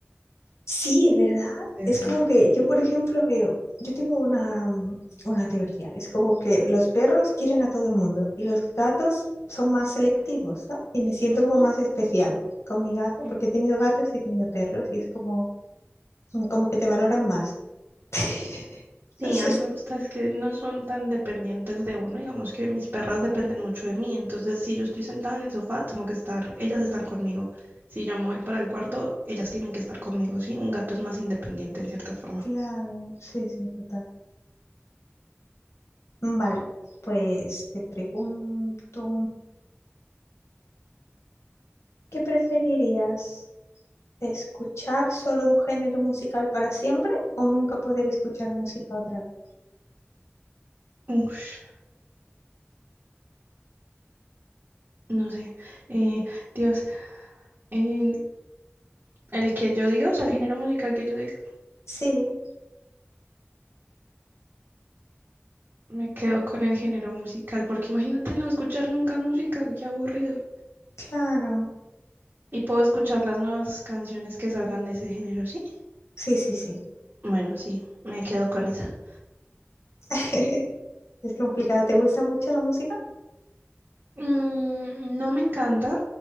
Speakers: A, on the left; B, on the right.
A: Sí, es verdad.
B: eterna.
A: Es como que yo, por ejemplo, veo, yo tengo una, mm, una teoría. Es como que los perros quieren a todo el mundo y los gatos son más selectivos, ¿no? Y me siento
B: Ujú,
A: como más especial con mi gato,
B: Sí,
A: porque he tenido gatos y he tenido perros y es como, como que te valoran más. <laughs>
B: Sí,
A: No sé,
B: a mí me gusta es que no son tan dependientes de uno, digamos que mis perras dependen mucho de mí, entonces si yo estoy sentada en el sofá, tengo que estar, ellas están conmigo. Si yo me voy para el cuarto, ellas tienen que estar conmigo, ¿sí? Un gato es más independiente en cierta forma.
A: Claro, sí, sí, total. Mm, Vale, pues te pregunto, ¿qué preferirías? ¿Escuchar solo un género musical para siempre o nunca poder escuchar música otra vez?
B: Ush, no sé. Eh, Dios, eh, el que yo diga, o sea, el género musical que yo diga,
A: Sí,
B: me quedo con el género musical, porque imagínate no escuchar nunca música, qué aburrido.
A: claro.
B: Y puedo escuchar las nuevas canciones que salgan de ese género, ¿sí?
A: Sí, sí, sí.
B: Bueno, sí, me quedo con esa.
A: <laughs> Es complicado. ¿Te gusta mucho la música?
B: Mm, no me encanta,